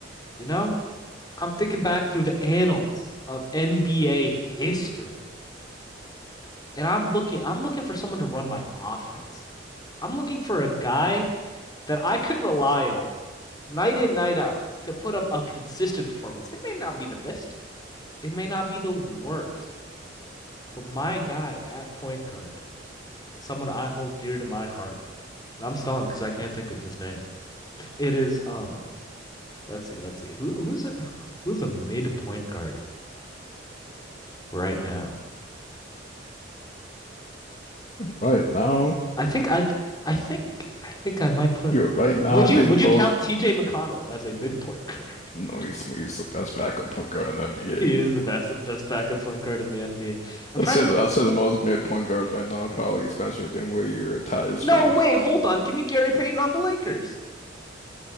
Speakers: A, on the left (about 20°); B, on the left (about 40°).
A: you know? I'm thinking back through the annals of NBA history, and I'm looking I'm looking for someone to run my offense. I'm looking for a guy that I could rely on night in, night out to put up a consistent performance. It may not be the best, it may not be the worst, but my guy at point guard, someone I hold dear to my heart, and I'm stalling because I can't think of his name. It is um Let's see, let's see. Who who's a, who's a mid point guard right now?
B: Right now,
A: I think I I think I think I might put
B: you're right now.
A: Would
B: I think
A: you would
B: the most.
A: you count TJ McConnell as a mid point guard?
B: No,
A: <laughs>
B: he's he's the best backup point guard in the NBA.
A: He is the best best backup point guard in the NBA. I'm
B: I'll
A: trying
B: say
A: to
B: the, I'll say the most mid point guards right now are probably Spencer Dinwiddie or Tyus
A: No,
B: Jones,
A: way. hold on. Give me Gary Payton on the Lakers.